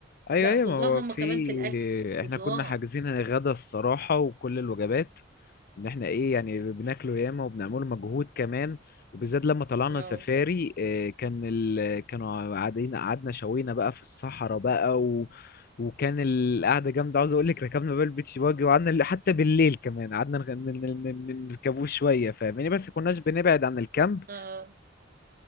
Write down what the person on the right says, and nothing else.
لا
فظاع
هم
كمان في الاكل فظاع
نو
اه